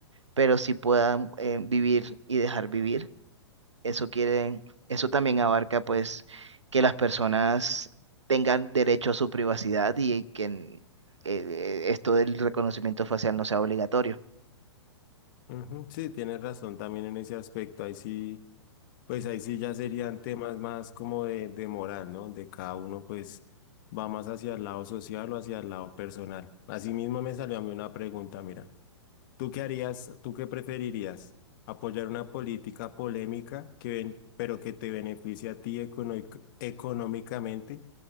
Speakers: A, on the right; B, on the left.
A: pero sí pueda mm, eh, vivir y dejar vivir. Eso quiere, eso también abarca pues que las personas tengan derecho a su privacidad y que eh, eh, esto del reconocimiento facial no sea obligatorio.
B: Ujú, Sí, tienes razón también en ese aspecto. Ahí sí, pues ahí sí ya serían temas más como de, de moral, ¿no? De cada uno, pues va más hacia el lado social o hacia el lado personal. Asimismo me salió a mí una pregunta, mira, ¿tú qué harías, tú qué preferirías? ¿Apoyar una política polémica que ven, pero que te beneficie a ti econo- económicamente?